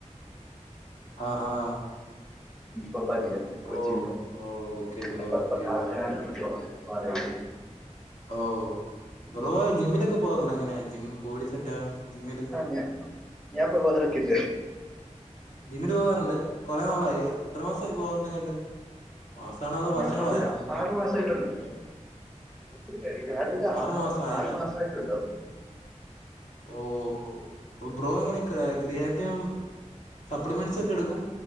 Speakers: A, on the left; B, in the centre.
A: ആ ആ
B: ഇൻഫോ പാർക്കില് കൊച്ചിയിൽ
A: ഓ ഓ ഓക്കെ ബ്രോ
B: അപ്പപ്പ
A: ഓക്കെ
B: കാശ്
A: ബ്രോ
B: <unintelligible>
A: ഓഹ് ബ്രോ ജിമ്മിലൊക്കെ പോവാറുണ്ടോ എങ്ങനെയാ ജിമ്മില് ബോഡി സെറ്റ് ആവാൻ ജിമ്മില്
B: ഞാ ഞാൻ <unintelligible> ഇട്ട്
A: ജിമ്മിന് പോവാറുണ്ട് കൊറെ നാളായി എത്ര മാസായി പോകാൻ തൊടങ്ങിയിട്ട് മാസാണോ അതോ വർഷങ്ങളായോ
B: ഞാ <unintelligible> ആറു മാസായിട്ടൊണ്ട് <unintelligible>
A: ആറു മാസം ആയല്ലേ
B: ആറ് മാസമായിട്ടുണ്ടാവും
A: ഓഹ് ഒഹ് ബ്രോ എങ്ങനെ ക്രാ ക്രീയാറ്റിനും സപ്ലിമെൻ്റ്സ് ഒക്കെ എടുക്കും